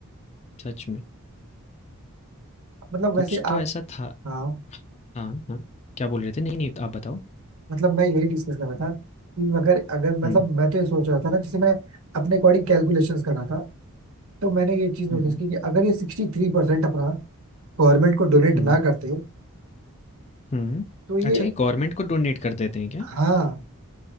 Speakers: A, on the left (about 30°); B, on the right (about 65°).
A: सच में।
B: मतलब
A: कुछ
B: वैसे
A: तो
B: आप
A: ऐसा था
B: हाँ
A: हाँ, हाँ। क्या बोल रहे थे? नहीं, नहीं, आप बताओ।
B: मतलब मैं यही डिस्कस कर रहा था कि अगर अगर मतलब
A: हुँ।
B: मैं तो ये सोच रहा था ना जैसे मैं अपने अकॉर्डिंग कैलकुलेशंस कर रहा था तो मैंने ये चीज नोटिस
A: हुँ, हुँ।
B: की कि अगर ये सिक्सटी थ्री परसेंट अपना गवर्नमेंट को डोनेट
A: हुँ,
B: ना करते
A: हुँ।
B: तो ये
A: अच्छा, ये गवर्नमेंट को डोनेट कर देते हैं क्या?
B: हाँ